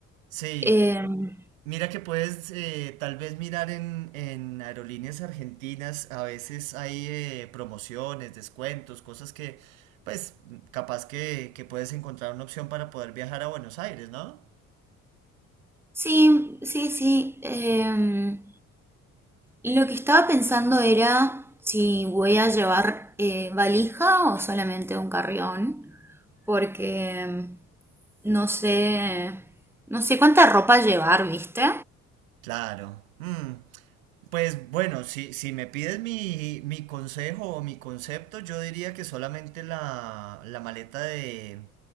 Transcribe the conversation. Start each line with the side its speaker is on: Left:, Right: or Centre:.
Right: sí,
Centre: Em,
Right: mira que puedes eh, tal vez mirar en, en aerolíneas argentinas, a veces hay eh, promociones, descuentos, cosas que, pues, capaz que, que puedes encontrar una opción para poder viajar a Buenos Aires, ¿no?
Centre: sí, sí, sí. em, lo que estaba pensando era si voy a llevar eh, valija o solamente un carrión, porque em, no sé, no sé cuánta ropa llevar, ¿viste?
Right: Claro. Mm, Pues bueno, si, si me pides mi, mi consejo o mi concepto, yo diría que solamente la, la maleta de,